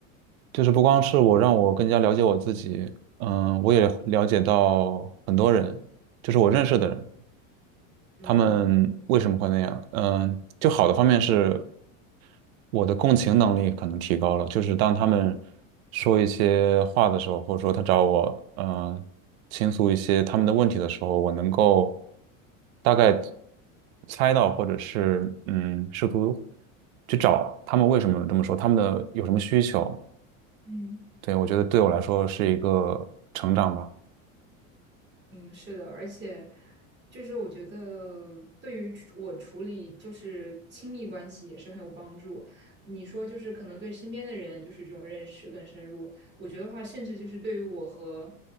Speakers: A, on the right (about 80°); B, on the right (about 25°).
A: 就是不光是我让我更加了解我自己，嗯，我也了解到很多人，
B: 嗯
A: 就是我认识的人，
B: 嗯。
A: 他们为什么会那样？嗯，就好的方面是。我的共情能力可能提高了，就是当他们说一些话的时候，或者说他找我，嗯，呃倾诉一些他们的问题的时候，我能够大概猜到，或者是嗯，试图去找他们为什么这么说，他们的有什么需求。
B: 嗯。
A: 对，我觉得对我来说是一个成长吧。
B: 嗯，是的，而且就是我觉得对于处我处理就是亲密关系也是很有帮助。你说就是可能对身边的人就是这种认识更深入，我觉得话甚至就是对于我和